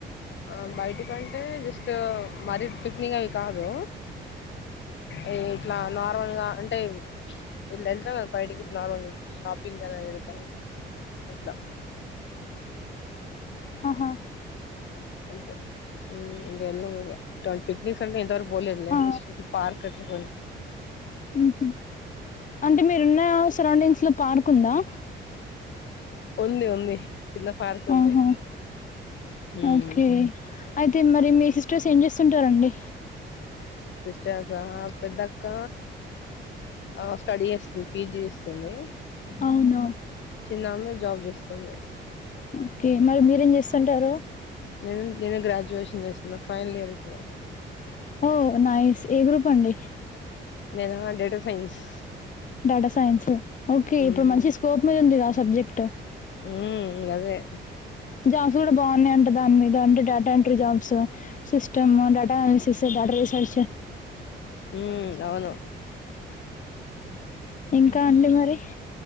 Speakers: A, on the left; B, on the left.
A: ఆ బయిటికంటే జస్ట్ మరి పిక్నిక్ అవి కాదు అ ఇట్లా నార్మల్గా అంటే ఇట్ల ఎళ్త కదా బైటికి నార్మల్గ షాపిింగ్కి అలా వెళ్తగా అట్ల
B: ఆహా
A: అంతే ఉం ఇంగ ఎల్లమండి పిక్నిక్స్ అంటే ఇంతవరకు పోలేద్లే
B: ఆ
A: ఇస్ ఇ పార్క్ కట్టుకొని
B: ఉంహుం అంటే మీరున్న సరౌండింగ్స్లో పార్క్ ఉందా
A: ఉంది ఉంది చిన్న పార్క్ ఉంది
B: ఆహా
A: ఉం
B: ఓకే అయితే మరి మీ సిస్టర్స్ ఏం చేస్తుంటరండి
A: సిస్టర్స్ ఆ పెద్దక్క ఆ స్టడీ చేస్తుంది పీజీ చేస్తుంది
B: అవునా
A: చిన్నామే జాబ్ చేస్తుంది
B: ఒకే మరి మీరేం చేస్తుంటారు
A: నేను నేను గ్రాడ్యుయేషన్ చేస్తున్నా ఫైనల్ ఇయర్ ఇప్పుడు
B: ఓ నైస్ ఏ గ్రూప్ అండి
A: నేను data science
B: data science okay
A: మ్మ్
B: ఇప్పుడు మంచి స్కోప్ మీద ఉంది ఆ సబ్జెక్ట్
A: మ్మ్ గదే
B: జాబ్స్ కూడా బావున్నాయంట దాని మీద అంటే data entry jobs system data analysis డాటారీ search
A: మ్మ్ అవును
B: ఇంకా అండి మరి